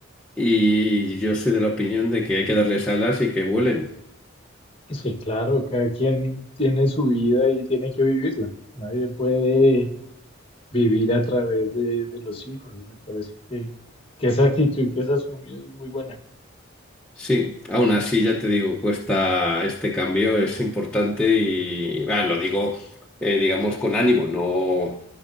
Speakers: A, in the centre; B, on the left.
A: Y yo soy de la opinión de que hay que darles alas y que vuelen.
B: Sí, claro, cada quien tiene su vida y tiene que vivirla. Nadie puede vivir a través de, de los hijos. Me parece que, que esa actitud que has asumido es muy buena.
A: Sí, aún así ya te digo, cuesta este cambio, es importante y ah, lo digo, eh, digamos, con ánimo, no,